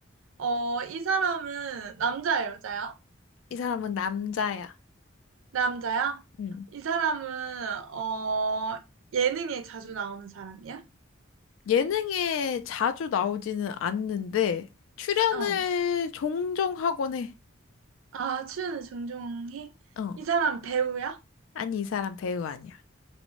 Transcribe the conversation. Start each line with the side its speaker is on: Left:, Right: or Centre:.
Right: 어, 이 사람은 남자야, 여자야?
Left: 이 사람은 남자야.
Right: 남자야?
Left: 응
Right: 이 사람은, 어, 예능에 자주 나오는 사람이야?
Left: 예능에 자주 나오지는 않는데 출연을
Right: 어.
Left: 종종 하곤 해.
Right: 아, 출연을 종종 해?
Left: 어.
Right: 이 사람 배우야?
Left: 아니, 이 사람 배우 아니야.